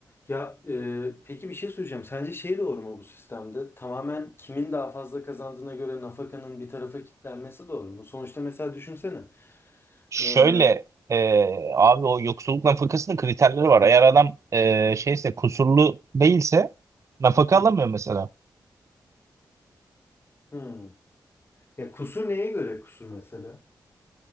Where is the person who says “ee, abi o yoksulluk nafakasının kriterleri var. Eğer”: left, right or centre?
Right